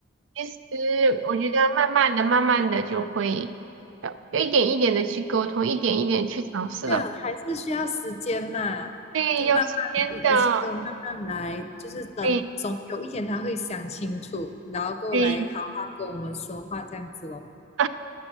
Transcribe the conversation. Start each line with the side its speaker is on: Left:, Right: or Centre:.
Right: 其实我觉得慢慢的、慢慢的就会，呃要一点一点的去沟通，一点一点去尝试了。
Left: 就还是需要时间嘛，
Right: 对，
Left: 就慢慢一一切都慢慢来，
Right: 要是真的，
Left: 就是等总有一天他会想清楚，
Right: 对
Left: 然后过来好好跟我们说话这样子咯。
Right: 对，<laughs>